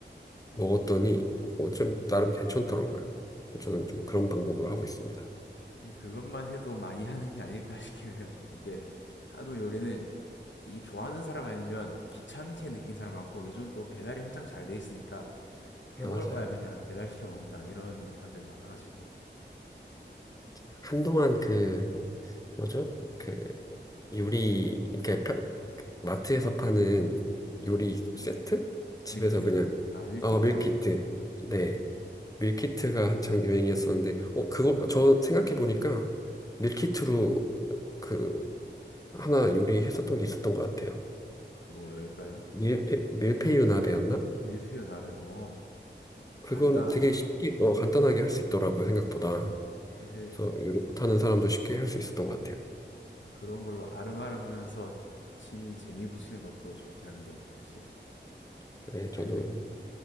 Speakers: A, on the left; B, on the left.
A: 음,
B: 먹었더니 어, 좀 나름 괜찮더라고요 저는
A: 저
B: 좀
A: 사실
B: 그런 방법으로 하고 있습니다
A: 네, 그것만 해도 많이 하는 게 아닐까 싶긴 해요. 이게 하도 요리는 이 좋아하는 사람 아니면 귀찮게 느낀 사람 많고 요즘 또 배달이 한창 잘 돼 있으니까 해먹을
B: 아 맞아요
A: 바에 그냥 배달시켜 먹는다 이런 사람들이 많아가지고
B: 이제 한동안 그 뭐죠 그 요리 이렇게 편- 마트에서 파는
A: 음
B: 요리 세트 집에서
A: 밀키트
B: 그냥
A: 아 밀키트
B: 어 밀키트
A: 말어그
B: 네 밀키트가 한창 유행이었었는데, 어, 그거, 저 생각해보니까 밀키트로 그 하나 요리했었던 게 있었던 것 같아요.
A: 뭘까요
B: 밀페, 밀푀유 나베였나?
A: 밀푀유 나베 어
B: 그건
A: 간단
B: 되게 쉽게, 어, 간단하게 할 수 있더라고요, 생각보다.
A: 사실
B: 그래서 요리 못하는 사람도 쉽게 할 수 있었던 것 같아요.
A: 그런 걸로 아름아름 하면서 취미 재미 붙이는 것도 좋긴 한데 사실
B: 그래, 저도
A: 그